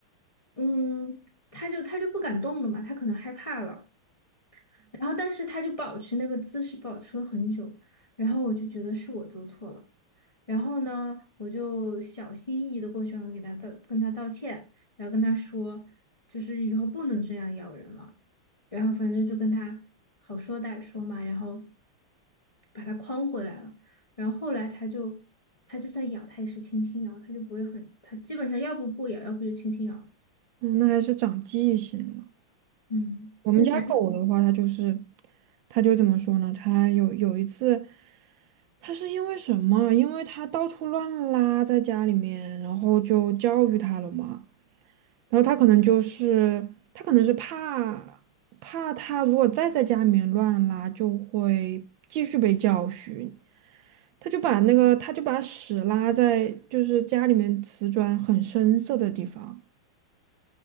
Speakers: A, on the left; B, on the right.
A: 嗯，他就他就不敢动了嘛，他可能害怕了。然后但是他就保持那个姿势保持了很久，然后我就觉得是我做错了，然后呢，我就小心翼翼的过去，然后给他道跟他道歉，然后跟他说，就是以后不能这样咬人了，然后反正就跟他好说歹说嘛，然后把他框回来了，然后后来他就他就算咬，他也是轻轻咬，他就不会很，他基本上要不不咬，要不就轻轻咬，
B: 嗯，嗯那还是长记性了。
A: 嗯，
B: 我们家狗的话，
A: 这反正就
B: 它就是，它就怎么说呢？它有有一次，它是因为什么？因为它到处乱拉在家里面，然后就教育它了嘛。然后它可能就是，它可能是怕怕它如果再在家里面乱拉，就会继续被教训。它就把那个，它就把屎拉在就是家里面瓷砖很深色的地方。